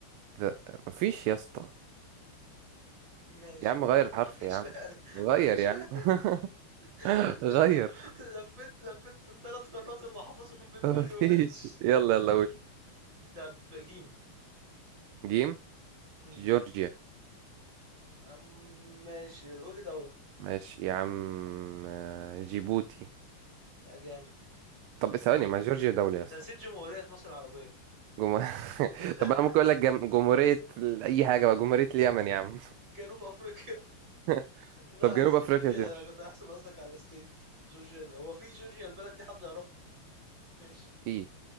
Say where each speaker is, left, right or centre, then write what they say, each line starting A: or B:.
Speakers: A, on the right; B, on the right.
A: ذ... ما فيش يا اسطى
B: ماشي
A: يا عم
B: <laughs> ما
A: غير الحرف
B: هو ما فيش
A: يا عم
B: فعلا
A: غير
B: ما فيش
A: يا
B: فعلا
A: عم <laughs>
B: <laughs>
A: غير
B: لف... لفيت لفيت ثلاث قارات اللي حافظهم بدماغي
A: ما فيش
B: ما لقيتش
A: يلا يلا قول
B: طب جيم
A: جيم
B: مم.
A: جورجيا
B: أم- ماشي قول لي دولة
A: ماشي يا عم آه، جيبوتي
B: آه، جامد
A: طب ثواني
B: جامد
A: ما جورجيا دولة
B: انت
A: يا اسطى
B: نسيت جمهورية مصر العربية
A: جمهور... <laughs>
B: <laughs>
A: طب انا ممكن اقول لك جم... جمهورية ال- اي حاجة بقى جمهورية اليمن يا عم
B: جنوب افريقيا
A: <laughs>
B: لا
A: طب جنوب
B: س-
A: افريقيا
B: جورجيا
A: تمشي
B: كنت احسب قصدك على الستيت جورجيا هو في جورجيا البلد دي حد يعرفها ماشي
A: في